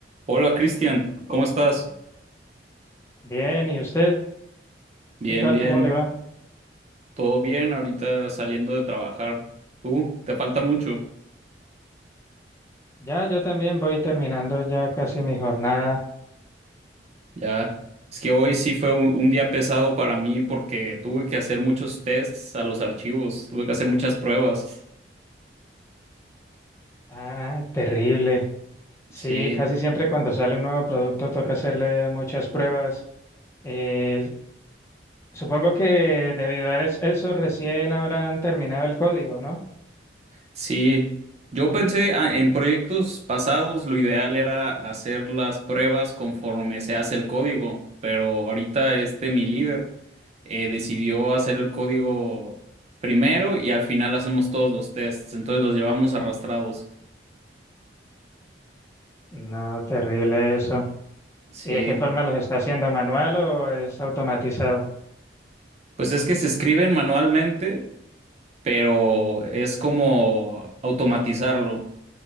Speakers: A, on the right; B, on the left.
A: Hola Cristian, ¿cómo estás?
B: Bien, ¿y usted?
A: Bien,
B: ¿Qué tal?
A: bien,
B: ¿Cómo le va?
A: todo bien, ahorita saliendo de trabajar. ¿Tú? ¿Te falta mucho?
B: Ya, yo también voy terminando ya casi mi jornada.
A: Ya, es que hoy sí fue un, un día pesado para mí porque tuve que hacer muchos tests a los archivos, tuve que hacer muchas pruebas.
B: Ah, terrible. Sí,
A: Sí.
B: casi siempre cuando sale un nuevo producto toca hacerle muchas pruebas. Eh, supongo que debido a es- eso recién habrán terminado el código, ¿no?
A: Sí, yo pensé ah, en proyectos pasados, lo ideal era hacer las pruebas conforme se hace el código, pero ahorita este mi líder eh, decidió hacer el código primero y al final hacemos todos los tests, entonces los llevamos arrastrados.
B: No, terrible eso.
A: Sí,
B: ¿Y de qué forma los está haciendo? ¿Manual o es automatizado?
A: pues es que se escriben manualmente, pero es como automatizarlo,